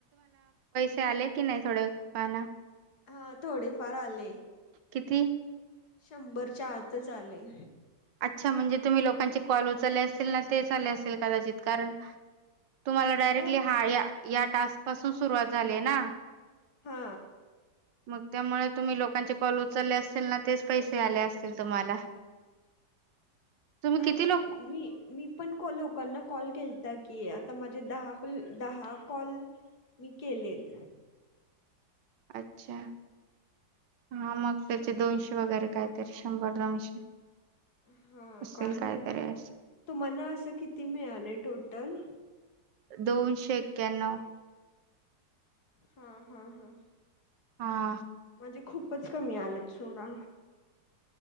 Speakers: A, on the right; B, on the left.
A: जालय की नाही? थोड पाहण,
B: हा थोडे फार आले
A: किती?
B: शंभरच्या आतच आले.
A: अच्छा म्हणजे तुम्ही लोकांचे कॉल उचलले असेल ना तेच आले असतील कदाचित कारण तुम्हाला डायरेक्टली
B: नाही
A: हा या या टास्क पासून सुरुवात झाली ना??
B: हा
A: मग त्यामुळे तुम्ही लोकांचे कॉल उचलले असतील ना तेच पैसे आले असतील तुम्हाला. तुम्ही
B: नाही
A: किती
B: नाही
A: लोक
B: मी मी पण लोकल ना कॉल केलाता की आता माझे दहा दहा कॉल मी केलेन
A: अच्छा हा मग त्याचे दोनशे वगैरे काय तर शंभर दोनशे
B: हा
A: असेल
B: काय माहित
A: कायतरी अस
B: तुम्हाला असं किती मिळालंय टोटल?
A: दोनशे एक्याण्णव.
B: हा, हा, हा,
A: हा.
B: म्हणजे खूपच कमी आले सोडा.